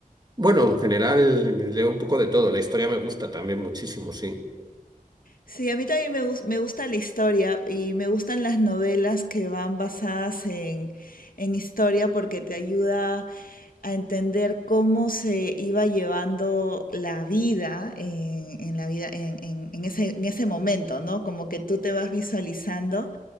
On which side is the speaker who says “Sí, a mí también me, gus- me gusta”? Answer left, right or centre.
Left